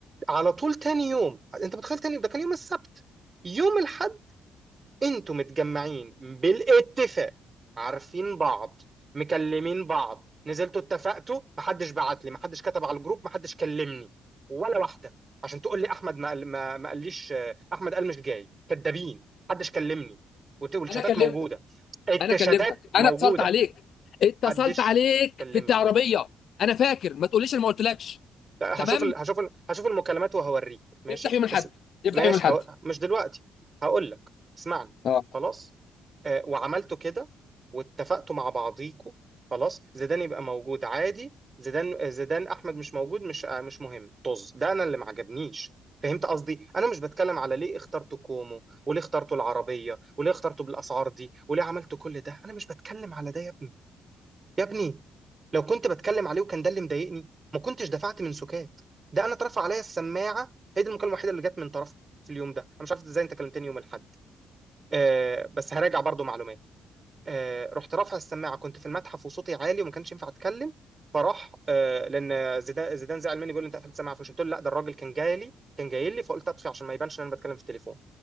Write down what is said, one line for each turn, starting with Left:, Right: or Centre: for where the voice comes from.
Right: على طول تاني يوم أنت متخيل تاني يوم، ده كان يوم السبت يوم الحد انتوا متجمعين بالاتفاق عارفين بعض مكلمين بعض نزلتوا اتفقتوا محدش بعت لي محدش كتب على الجروب محدش كلمني ولا واحده عشان تقول لي احمد ما قال- ما ما قاليش آه، احمد قال مش جاي كدابين محدش كلمني وت- والشتات
Left: انا كلمت
Right: موجوده الشتات
Left: انا كلمتك
Right: موجوده
Left: انا اتصلت عليك اتصلت
Right: محدش
Left: عليك
Right: كلمني
Left: في العربيه انا فاكر ما تقوليش انا ما قلتلكش
Right: لا،
Left: تمام
Right: هشوف ال... هشوف ال... هشوف المكالمات وهوريك ماشي
Left: افتح يوم الاحد
Right: اسم...
Left: افتح
Right: ماشي
Left: يوم الاحد
Right: هو... مش دلوقتي هقول لك اسمعني
Left: اه
Right: خلاص آه وعملتوا كده واتفقتوا مع بعضيكوا خلاص زيدان يبقى موجود عادي زيدان آه، زيدان احمد مش موجود مش آه مش مهم طز ده انا اللي ما عجبنيش فهمت قصدي انا مش بتكلم على ليه اخترتوا كومو وليه اخترتوا العربيه وليه اخترتوا بالاسعار دي وليه عملتوا كل ده انا مش بتكلم على ده يا ابني يا ابني لو كنت بتكلم عليه وكان ده اللي مضايقني ما كنتش دفعت من سكات ده انا اترفع عليا السماعه هي دي المكالمه الوحيده اللي جت من طرفك في اليوم ده انا مش عارف ازاي انت كلمتني يوم الاحد آه بس هراجع برضو معلوماتي آه رحت رافع السماعه كنت في المتحف وصوتي عالي وما كانش ينفع اتكلم فراح آه لان زيدان زيدان زعل مني بيقول لي انت قفلت السماعه فمش قلت له لا ده الراجل كان جاي لي كان جاي لي فقلت اطفي عشان ما يبانش ان انا بتكلم في التليفون